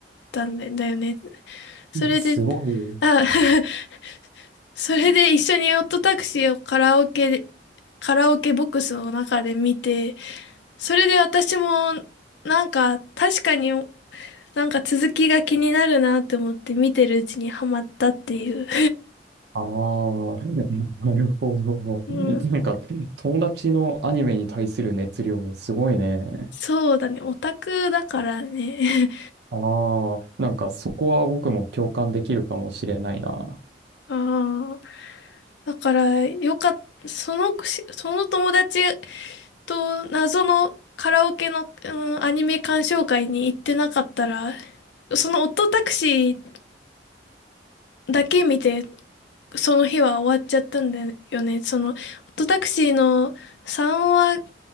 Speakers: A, on the left (about 75°); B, on the right (about 65°).
A: たんだだよね。それで、
B: すごい。
A: あ、<laughs> それで一緒にオットタクシーをカラオケで、カラオケボックスの中で見て、それで私もなんか確かになんか続きが気になるなって思って見てるうちにハマったっていう。
B: ああ、<laughs> なるほど。
A: <laughs> うん、
B: <laughs> なんか、友達のアニメに対する熱量、すごいね。
A: そうだね、オタクだからね。
B: ああ、なんかそこは僕も共感できるかもしれないな。
A: <laughs> ああ。だから、よかった、その、しその友達と謎のカラオケの、うん、アニメ鑑賞会に行ってなかったら、そのオットタクシーだけ見て、その日は終わっちゃったんだよね。その、オットタクシーの3話、